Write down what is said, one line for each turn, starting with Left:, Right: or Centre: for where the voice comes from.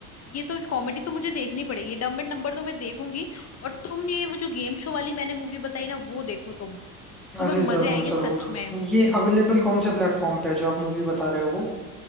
Left: ये तो कॉमेडी तो मुझे देखनी पड़ेगी डम्ब एंड डम्बर तो मैं देखूंगी और तुम ये वो जो गेम शो वाली मैंने मूवी बताई ना वो देखो तुम तुम्हें
Centre: अरे
Left: मजे
Centre: जरूर
Left: आएंगे
Centre: जरूर
Left: सच में
Centre: ये अवेलेबल कौन से प्लेटफॉर्म पे है जो आप मूवी बता रहे हो वो